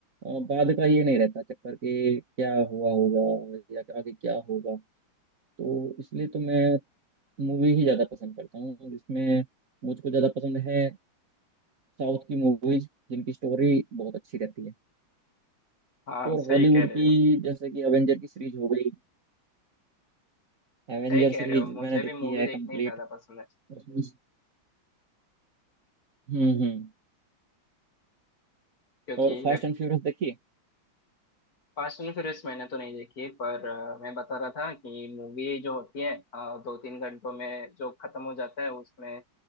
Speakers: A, on the right; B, on the left.
A: अ, बाद का ये नहीं रहता चक्कर कि क्या हुआ होगा या आगे क्या होगा तो इसलिए तो मैं मूवी ही ज़्यादा पसंद करता हूँ जिसमें मुझको ज़्यादा पसंद है साउथ की मूवीज जिनकी स्टोरी बहुत अच्छी रहती है
B: हाँ
A: और
B: सही
A: हॉलीवुड
B: कह रहे
A: की
B: हो
A: जैसे कि एवेंजर की सीरीज हो गई एवेंजर
B: सही कह
A: सीरीज
B: रहे हो मुझे
A: मैंने
B: भी
A: देखी
B: मूवी
A: है
B: देखनी
A: कंप्लीट
B: ज्यादा पसंद है
A: उसमें से- हम्म हम्म
B: क्योंकि
A: और फास्ट
B: वेब
A: एंड फ्यूरियस देखी
B: फास्ट एंड फ्यूरियस मैंने तो नहीं देखी पर अ, मैं बता रहा था कि मूवी जो होती है अ, दो तीन घंटों में जो खत्म हो जाता है उसमें